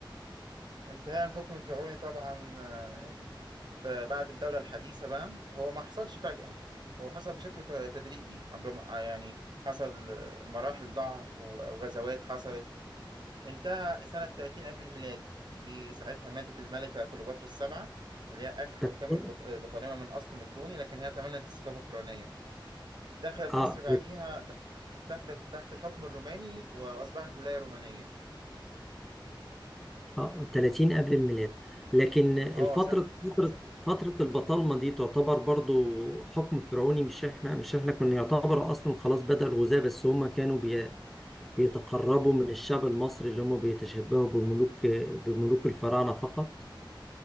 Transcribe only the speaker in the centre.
بس-
اه
اه 30 قبل الميلاد لكن الفترة
فترة
فترة البطالمة دي تعتبر برضو حكم فرعوني مش احنا مش احنا كنا يعتبر اصلا خلاص بدأ الغزاة بس هما كانوا بي بيتقربوا من الشعب المصري اللي هما بيتشبهوا بملوك بملوك الفراعنة فقط